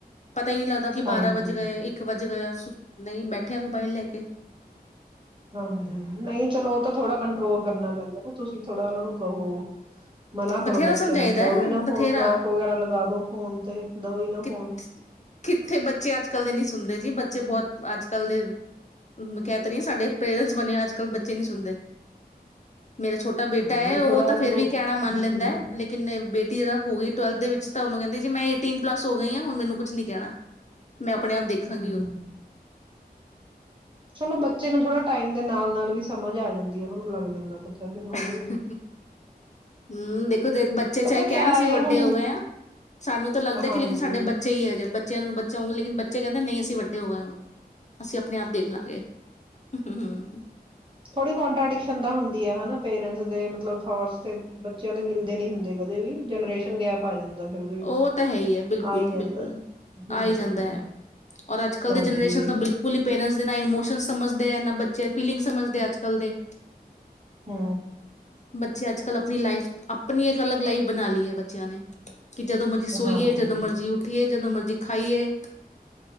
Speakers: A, on the left; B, on the right.
A: ਪਤਾ ਹੀ ਨ੍ਹੀਂ ਲੱਗਦਾ ਕਿ
B: ਹਾਂਜੀ
A: ਬਾਰਾਂ ਵਜੇ ਗਏ, ਇੱਕ ਵਜ ਗਿਆ। ਸ ਨਈਂ ਬੈਠੇ ਆ ਮੋਬਾਈਲ ਲੈ ਕੇ।
B: ਹਾਂਜੀ, ਨਈਂ ਚਲੋ ਉਹ ਤਾਂ ਥੋੜਾ ਕੰਟਰੋਲ ਕਰਨਾ ਪੈਂਦਾ ਨਾਂ ਤੁਸੀਂ ਥੋੜਾ ਉਹਨਾਂ ਨੂੰ ਕਹੋ ਮਨਾਂ ਕਰੋ
A: ਬਥੇਰਾ
B: ਬੱਚਿਆਂ
A: ਸਮਝਾਈਦਾ
B: ਨੂੰ ਦੋ
A: ਹੈ
B: ਈਨਾਂ
A: ਬਥੇਰਾ
B: ਫੋਨ ਲੋਕ ਵਗੈਰਾ ਲਗਾ ਦੋ ਫੋਨ ਤੇ ਦ ਕੋਈ ਨਾ
A: ਕਿ
B: ਫੋਣ।
A: ਕਿੱਥੇ ਬੱਚੇ ਅੱਜ ਕਲ ਦੇ ਨੀ ਸੁਣਦੇ ਜੀ, ਬੱਚੇ ਬਹੁਤ ਅੱਜ ਕਲ ਦੇ ਕਹਿ ਤੇ ਰਹੀ ਸਾਡੇ ਪੇਰੈਂਟਸ ਬਣੇ ਹੋ ਅੱਜ ਕਲ ਬੱਚੇ ਨੀ ਸੁਣਦੇ ਮੇਰਾ ਛੋਟਾ ਬੇਟਾ
B: ਹੂੰ
A: ਐ ਉਹ
B: ਥੋੜਾ
A: ਤਾਂ
B: ਇਹਨਾਂ
A: ਫੇਰ
B: ਨੂੰ
A: ਵੀ ਕਹਿਣਾ ਮੰਨ ਲੈਂਦਾ
B: ਹੂੰ
A: ਹੈ ਲੇਕਿਨ ਬੇਟੀ ਦਾ ਹੋ ਗਈ ਟਵੈਲਥ ਦੇ ਵਿੱਚ ਤੁਹਨੂੰ ਕਹਿੰਦੇ ਜੀ ਮੈਂ ਏਟੀਨ ਪਲੱਸ ਹੋ ਗਈਆਂ ਹੁਣ ਮੈਨੂੰ ਕੁਛ ਨੀ ਕਹਿਣਾ। ਮੈਂ ਆਪਣੇ ਆਪ ਦੇਖਾਂਗੀ
B: ਹਮ
A: ਹੁਣ
B: ਚਲੋ ਬੱਚੇ ਨੂੰ ਥੋੜਾ ਟਾਈਮ ਦੇ ਨਾਲ-ਨਾਲ ਵੀ ਸਮਝ ਆ ਜਾਂਦੀ ਐ, ਉਹਨਾਂ ਨੂੰ ਲੱਗ ਜਾਂਦਾ ਪਤਾ ਫਿਰ
A: <unintelligible>
B: ਹੌਲੀ ਹੌਲੀ
A: ਹਮ, ਦੇਖੋ ਜੇ ਬੱਚੇ ਚਾਹੇ
B: ਪਤਾ
A: ਕਹਿਣ
B: ਕਿਆ
A: ਅਸੀਂ ਵੱਡੇ
B: ਏ ਹੁਣ
A: ਹੋ ਗਏ ਹਾਂ, ਸਾਨੂੰ ਤਾਂ ਲੱਗਦਾ
B: ਹਾਂਜੀ
A: ਕਿ ਲੇਕਿਨ ਸਾਡੇ ਬੱਚੇ ਹੀ ਹੈਜੇ। ਬ ਬੱਚਿਆਂ ਨੂੰ ਬੱਚੇਂਗੇ ਲੇਕਿਨ ਬੱਚੇ ਕਹਿੰਦੇ ਨਈਂ ਅਸੀ ਵਡੇ ਹੋ ਗਏ ਹੁਣ। ਅਸੀਂ ਆਪਣੇ ਆਪ ਦੇਖ ਲਾਂਗੇ। <unintelligible> ਹੂੰ।
B: ਥੋੜ੍ਹੀ ਕੋਂਟਰਾਡਿਕਸ਼ਨ ਤਾਂ ਹੁੰਦੀ ਆਂ ਹਨਾਂ। ਪੇਰੈਂਟਸ ਦੇ ਮਤਲਬ ਥੋਟਸ ਤੇ ਬੱਚਿਆਂ ਦੇ ਮਿਲਦੇ ਨੀਂ ਹੁੰਦੇ ਕਦੇ ਵੀ, ਜਨਰੇਸ਼ਨ ਗੈਪ ਆ ਜਾਂਦਾ। ਫਿਰ ਉਹਦੇ ਵਿੱਚ
A: ਉਹ ਤਾਂ ਹੈ ਈ ਐ, ਬਿਲਕੁਲ
B: ਆ ਹੀ ਜਾਂਦਾ
A: ਬਿਲਕੁਲ
B: ਹਮ
A: ਆ ਹੀ ਜਾਂਦਾ ਐ, ਔਰ ਅੱਜ ਕੱਲ
B: ਹਾਂਜੀ
A: ਦੀ ਜਨਰੇਸ਼ਨ ਤਾਂ ਬਿਲਕੁਲ ਹੀ ਪੇਰੈਂਟਸ ਦੇ ਨਾਲ ਇਮੋਸ਼ਨਸ ਸਮਝਦੇ ਆ ਨਾਂ, ਬੱਚੇ ਫੀਲਿੰਗ ਸਮਝਦੇ ਆ, ਅੱਜ-ਕੱਲ ਦੇ
B: ਹੂੰ।
A: ਬੱਚੇ ਅੱਜ-ਕੱਲ ਆਪਣੀ ਲਾਈਫ ਆਪਣੀ ਇੱਕ ਅਲੱਗ ਲਾਈਫ ਬਣਾ ਲਈ ਐ, ਬੱਚਿਆਂ ਨੇ। ਕਿ ਜਦੋਂ ਮਰਜ਼ੀ ਸੋਈਏ,
B: ਹਾਂਜੀ
A: ਜਦੋਂ ਮਰਜ਼ੀ ਉੱਠੀਏ, ਜਦੋਂ ਮਰਜ਼ੀ ਖਾਈਏ।